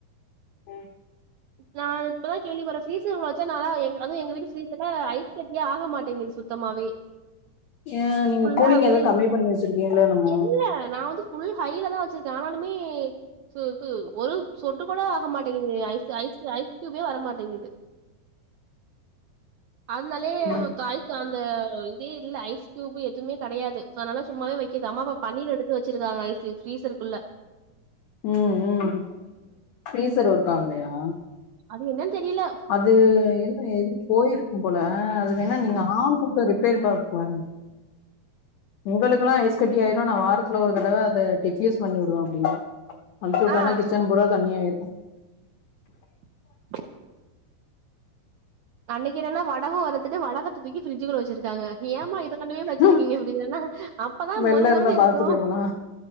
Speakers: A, on the left; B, on the right.
A: ம்
B: நால் இப்பதா கேள்விபறே ஃப்ரீஸர்குள்ள நாலா எங்க்ள் அதூ எங்க வீட்டு ஃபிரீஸர்ல ஐஸ்கெட்யா ஆக மாட்டேங்குது சுத்தமாவே
A: ஏன் நீங்க
B: ஃபுல்லா
A: கூலிங்
B: அப்டியே
A: எதுவும்
B: இல்லங்க
A: கம்மி பண்ணி வச்சிருக்கீங்களோ என்னமோ
B: இல்ல நா வந்து ஃபுல் ஹைலதா வச்சிருக்கே ஆனாலுமே சு து ஒரு சொட்டு கூட ஆக மாட்டேங்குது ஐஸ் ஐஸ்கியுபே வரமாட்டேங்குது அதுனாலே
A: ம்
B: ஒ தாய்ஸு அந்த இதே இல்ல ஐஸ்கியூபு எதுமே கடையாது சோ அதுனால சும்மாவே வை க்கிது அம்மாவ பன்னீர் எடுத்து வச்சிருக்காங்க ஐஸு ஃபிரீஸருக்குள்ள
A: ம் ம் பிரீஸர் ஒர்க் ஆகலையா
B: அது என்னன் தெரில
A: அது என்ன ஏன் இப்டி போயிருக்கும் போல ஆ அது வேணா நீங்க ஆள் கூப்ட்டு ரிப்பேரு பாக்ஸ் வாங்கி எங்களுகுலா ஐஸ் கட்டி ஆய்ரு நா வாரத்துல ஒரு தடவை அத டெஃப்யூஸ் பண்ணி உடுவ அப்டினா அம்த்தி உட்டோனா
B: ஆ
A: கிச்சன் பூரா தண்ணியாய்டு
B: <inaudible> அன்னிக்கு என்னனா வடகோ வறத்துட்டு வடகத்த தூக்கி பிரிட்ஜுகுள வச்சிருக்காங்க ஏமா இத கொண்டு போய்
A: ஆயிரும்
B: வச்சிருக்கீங்க அப்டின் சொன்ன அப்பதா
A: வெளில
B: மொரு மொருணு
A: இருந்தா
B: இருக்கூ
A: பார்த்து போயிருவோம்னா